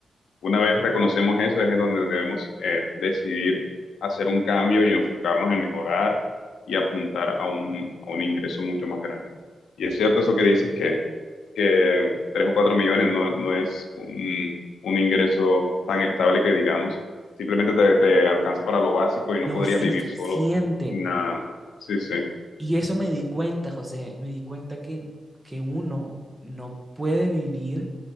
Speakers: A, on the left (about 85°); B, on the right (about 15°).
A: una vez reconocemos eso, es donde debemos eh, decidir hacer un cambio y enfocarnos en mejorar y apuntar a un, a un ingreso mucho más grande. Y es cierto eso que dices que, que 3 o 4 millones no, no es un, un ingreso tan estable que digamos. Simplemente te, te alcanza para lo básico y
B: lo
A: no podrías
B: suficiente.
A: vivir solo. nada sí, sí.
B: Y eso me di cuenta, José, me di cuenta que, que uno no puede vivir